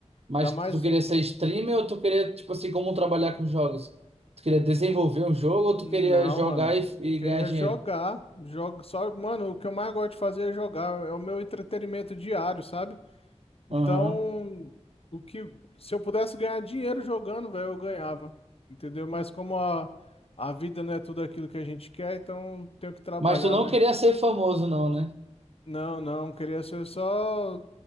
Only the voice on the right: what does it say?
Mas
tu queria ser streamer ou tu queria, tipo assim, como trabalhar com jogos? Tu queria desenvolver um jogo ou tu
queria jogar
e, e
ganhar dinheiro?
Aham.
Mas tu não
queria ser famoso, não, né?